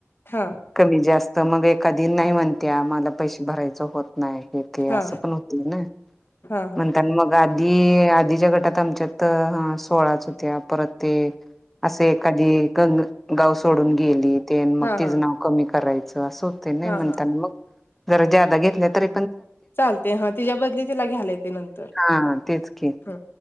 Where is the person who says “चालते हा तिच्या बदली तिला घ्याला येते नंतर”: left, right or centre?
Left